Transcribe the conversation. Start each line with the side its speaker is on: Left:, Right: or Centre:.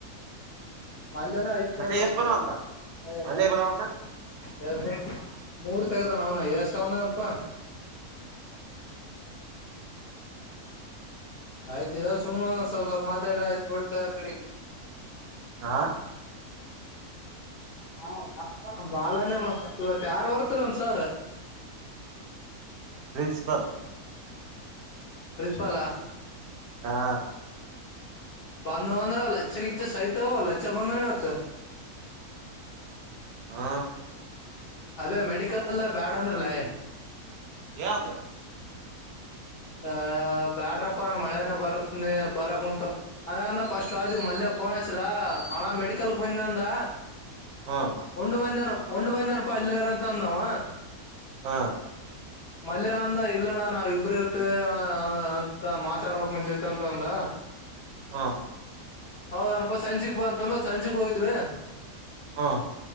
Left: ಮಲ್ಲನ ಐತ್ ತಗದಾನ
Right: ಮದ್ಲೆಗ್ ಎಷ್ಟ್
Left: ಮಕ
Right: ಬಂದವಂತ ಮದ್ಲೆಗ್
Left: ಮ.
Right: ಬಂದವಂತ
Left: <inaudible> <unintelligible> ಮೂರ್ ತೆಗದ ಅವನ ಎ. ತನ್ನಾರ್ಪ್ಪಾ <inaudible> ಆಯ್ತ ಇದ ಸುಮ್ಮ ಸ್ವಲ್ ಸ್ವಲ್ಪ ಮಾತಾಡ್ರ ಆಯತತ್ ಬಿಡ್ತಡೆ.
Right: ಆ
Left: ಹ ಬಾಲ. ಇವತ್ ಯಾರು ಬರ್ತರ ಒನ್ ಸರ್.
Right: ಪ್ರಿನ್ಸಿಪಲ್.
Left: ಪ್ರಿನ್ಸಿಪಾಲಾ.
Right: ಹಾ.
Left: ಬಂಧು ಬಂಧವ ಲಛ ಗಿಚ ಸಹಿತ ಲಚ್ಛ ಬಂಧವನ ಮತ್ತ.
Right: ಹೂ.
Left: ಅದೇ ಮೆಡಿಕಲ್ ಬ್ಯಾಡ್ ಅಂದ್ರಲ್ಲೇ.
Right: ಯ ಅಂದ್ರ.
Left: ಆಹ ಬ್ಯಾಡ್ರಪ್ಪನ ಮಳೆನ ಬರ್ತ ಬರಕ ಕುಂತಾನ ಅದನ್ನ ಫಸ್ಟ್ ಆದ ಮಲ್ಲ. ಪೊನ್ಚ್ಚದಾ ಆಣ ಮೆಡಿಕಲ್ಕ್ ಬಂದೀನಿಂದ.
Right: ಹ್ಮ್
Left: ಉಂಡು ಬಂದನ ಉಂಡ್ ಬಂದನಪಾ ಅಲ್ಲಿರ ಅಂತ ಅಂದಾವ.
Right: ಹಾ
Left: ಮಲ್ಯನಂದ ಇಲ್ಲಣ್ಣ ನಾವ ಇಬ್ರ ಇರ್ತೇವಿ ಅಂತ ಮಾತಾಡ್ಬೇಕಕ್ ನಿನ್ ಜೊತೆ ಅಂತ ಅಂದ.
Right: ಹಾ
Left: ಹೌದನಪಾ ಸಂಜೆಕ್ ಬ ತಂದ ಸಂಜೆಕ್ ಹೋಗಿದ್ವಿ.
Right: ಹೂ